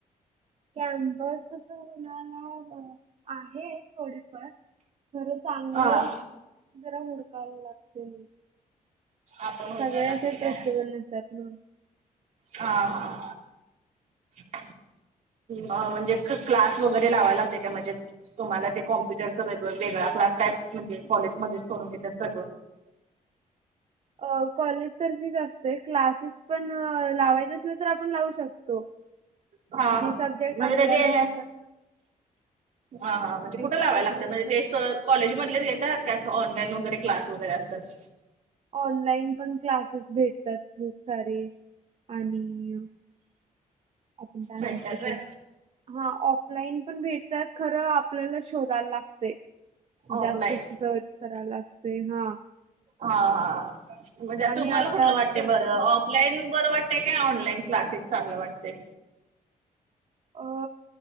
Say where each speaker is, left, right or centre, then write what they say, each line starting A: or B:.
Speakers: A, on the right (about 45°); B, on the right (about 60°).
A: कॅम्पस तस म्हणाला. अ आहे थोडेफार खरं चांगलं.
B: हा.
A: दर हुडकायला लाते.
B: आपण हुडकायला
A: सगळे
B: लागते
A: असे ट्रस्टेबल
B: काय?
A: नसत ना.
B: हा हा. <inaudible> हा म्हणजे क्लास वगैरे लावायला असते त्या म्हणे. तुम्हाला ते कॉम्प्युटरच वेग वेगळा क्लास काय म्हणजे कॉजमध्येच करून घेता सगळं.
A: अ कॉलेज तर फीच असते क्लासेस पण लावायचं असल तर आपण लावू शकतो.
B: हा हा
A: जे सब्जेक्ट
B: म्हणजे
A: आपल्याला
B: त्याचे
A: नसत
B: हा हां म्हणजे कुठं
A: एक्स्टर्नल
B: लावायला लागतं म्हणजे तेस कॉलेजमधच घ येतात का असं ऑनलाईन वगैरे क्लास वगैरे असतात
A: ऑनलाईन पण क्लासेस भेटतात खूप सारे आणि आपण काय
B: भेटतात
A: म्हणत
B: व्हय
A: ते हा ऑफलाईन पण भेट त्यात खरं आपल्याला शोधायला लागते
B: ऑफलाईन
A: जास्त श सर्च कराला लागतेय हा
B: हा हा म्हणजे
A: आणि
B: तुम्हाला
A: आताच
B: कुठलं वाटते बरं लाईन बरं वाटतय काय ऑनलाईन क्लासेस चांगलं वाटतेय
A: अ